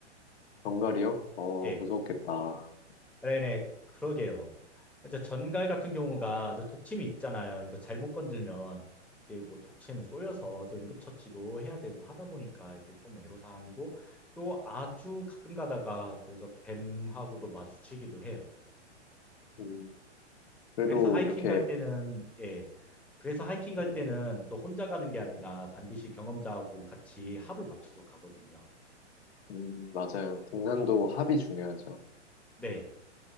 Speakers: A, on the left; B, in the centre.
A: 정갈이요? 어,
B: 예.
A: 무섭겠다.
B: 네네, 그러게요. 이제 전갈 같은 경우가 저 독침이 있잖아요. 이거 잘못 건들면 이게 뭐 독침 쏘여서 이제 응급처치도 해야 되고 하다 보니까 이게 좀 애로사항이고 또 아주 가끔 가다가 그래서 뱀하고도 마주치기도 해요.
A: 음, 그래도
B: 그래서 하이킹
A: 이렇게,
B: 갈 때는 예, 그래서 하이킹 갈
A: 네,
B: 때는 그 혼자 가는 게 아니라 반드시 경험자하고 같이 합을 맞춰서 가거든요.
A: 음, 맞아요. 등산도 합이 중요하죠.
B: 네.